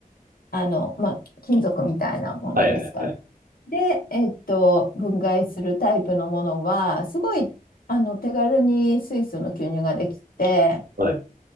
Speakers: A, on the left (about 75°); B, on the right (about 70°).
A: あの、まあ、金属みたいなものですかね。
B: はいはいはい。
A: で、えっと、分解するタイプのものは、すごい、あの、手軽に水素の吸入ができて、
B: はい。